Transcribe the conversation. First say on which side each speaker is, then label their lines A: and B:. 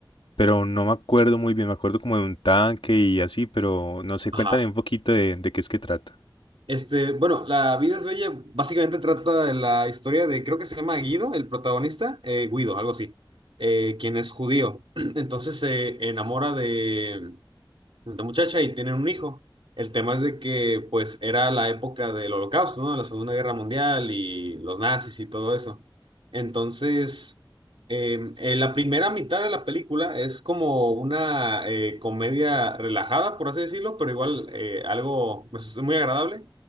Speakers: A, on the left; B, on the right.
A: pero no me acuerdo muy bien, me acuerdo como de un tanque y así, pero no sé,
B: Ajá.
A: cuéntame un poquito de, de qué es que trata.
B: Este, bueno, La vida es bella básicamente trata de la historia de, creo que se llama Guido, el protagonista, eh, Guido, algo así, eh, quien es judío. <clears throat> Entonces se enamora de, la muchacha y tienen un hijo. El tema es de que, pues, era la época del Holocausto, ¿no? La Segunda Guerra Mundial y los nazis y todo eso. Entonces, em, eh, en la primera mitad de la película es como una eh, comedia relajada, por así decirlo, pero igual eh, algo pues, muy agradable.